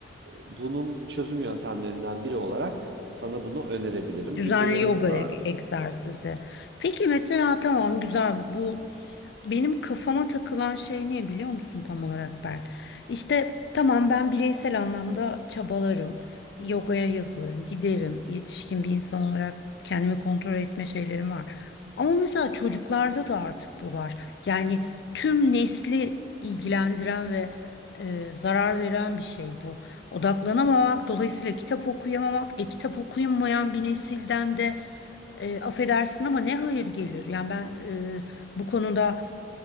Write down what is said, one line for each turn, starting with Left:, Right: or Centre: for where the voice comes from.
Right: e, bunun çözüm yöntemlerinden biri olarak sana bunu önerebilirim.
Left: Düzenli
Right: Günde yarım
Left: yoga
Right: saat.
Left: e- egzersizi. Peki mesela tamam güzel bu benim kafama takılan şey ne biliyor musun tam olarak Berk? İşte tamam ben bireysel anlamda çabalarım. Yogaya yazılırım, giderim. Yetişkin bir insan olarak kendimi kontrol etme şeylerim var. Ama mesela çocuklarda da artık bu var. Yani tüm nesli ilgilendiren ve e, zarar veren bir şey bu. Odaklanamamak, dolayısıyla kitap okuyamamak, e, kitap okuyamayan bir nesilden de e, affedersin ama ne hayır gelir? Yani ben e, bu konuda